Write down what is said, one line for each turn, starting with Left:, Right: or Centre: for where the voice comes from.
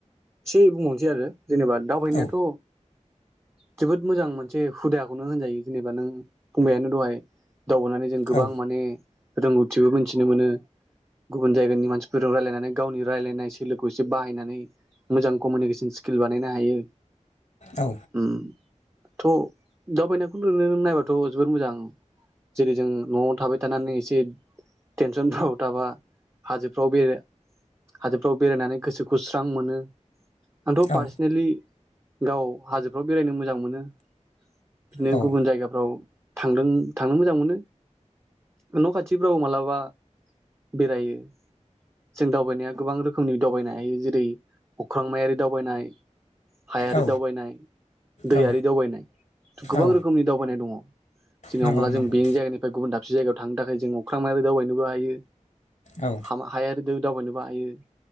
Right: एसे बुंबावनोसै आरो जेनेबा दावबायनायाथ'
Left: औ
Right: जोबोद मोजां मोनसे हुदाखौनो होनजायो जेनेबा नों बुंबायानो दहाय दावगानानै जों गोबां
Left: औ
Right: माने रोंगौथिबो मोनथिनो मोनो गुबुन जायगानि मानसि फोराव रायलायनानै गावनि रायलायनाय सोलोखौ एसे बाहायनानै मोजां कमिउनिकेसन स्किल बानायनो हायो।
Left: औ
Right: उम। थ' दावबायनायखौ नुनोन नायबाथ' जोबोर मोजां जेरै जों न'आव थाबाय थानानै एसे टेनसनफ्राव थाबा हाजोब फ्राव बे हाजोफ्राव बेरायनानै गोसोखौ स्रां मोनो। आंथ' पार्सनेलि
Left: औ
Right: गाव हाजोफ्राव बेरायनो मोजां मोनो बिदिनो
Left: औ
Right: गुबुन जायगाफ्राव थांदों थांनो मोजां मोनो न' खाथिफ्राव मालाबा बेरायो। जों दावबायनाया गोबां रोखोमनि दावबायनो हायो जेरै अख्रांमायारि दावबायनाय हायारि
Left: औ
Right: दावबायनाय दैयारि
Left: औ
Right: दावबायनाय गोबां
Left: औ
Right: रोखोमनि दावबायनाय दङ। जेनमब्ला
Left: नंगौ
Right: जों
Left: नंगौ
Right: बेनि जायगानिफ्राय गुबुन दाब से जायगायाव थांनो थाखाय जों अख्रांमायारि दावबायनोबो हायो।
Left: औ
Right: हामा हाया आरो दै दावबायनोबो हायो -